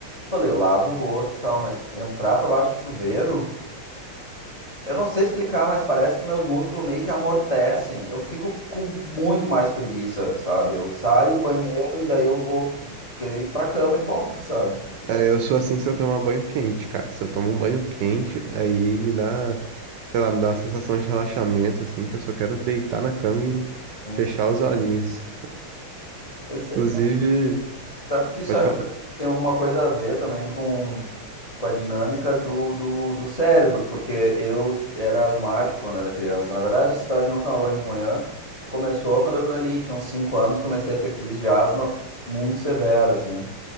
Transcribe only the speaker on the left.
falei, eu lavo o rosto e tal, mas entrar pra baixo do chuveiro, eu não sei explicar, mas parece que meus músculos meio que amortecem. Eu fico com muito mais preguiça, sabe? Eu saio do banheiro e daí eu vou querer ir pra cama de volta, <laughs> sabe?
Sim.
Pois é,
Sabe que isso
eu acho
que tem alguma coisa a ver também com, com a dinâmica do, do, do cérebro, porque eu t- era asmático quando era criança. Na verdade, essa história de não tomar banho de manhã começou quando eu ali tinha uns 5 anos, comecei a ter crise de asma muito severa, assim.